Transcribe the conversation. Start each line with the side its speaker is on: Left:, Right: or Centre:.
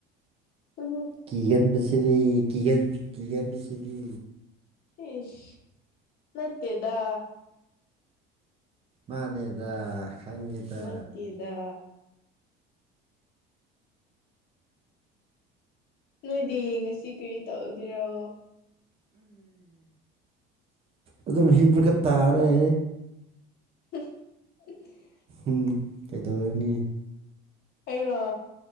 Left: <unintelligible>
Right: ꯀꯤꯒꯟꯕꯁꯤꯗꯤ ꯀꯤꯒ ꯀꯤꯒꯟꯕꯁꯤꯗꯤ
Left: ꯢꯁ ꯅꯠꯇꯦꯗ
Right: ꯃꯥꯅꯦꯗ ꯈꯪꯉꯦꯗ
Left: ꯅꯠꯇꯦꯗ ꯅꯣꯏꯗꯤ ꯉꯁꯤ ꯀꯔꯤ ꯇꯧꯒꯦꯔꯣ
Right: ꯑꯗꯨꯝ ꯍꯤꯕꯒ ꯇꯥꯔꯦ
Left: <inaudible>
Right: ꯎꯝ ꯀꯩꯗꯧꯔꯅꯤ
Left: ꯑꯩꯔ